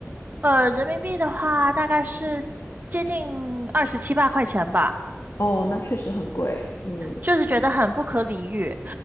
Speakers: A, on the right (about 40°); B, on the left (about 75°).
A: 呃，人民币的话大概是接近二十七八块钱吧。
B: 哦，那确实很贵。嗯，
A: 就是觉得很不可理喻，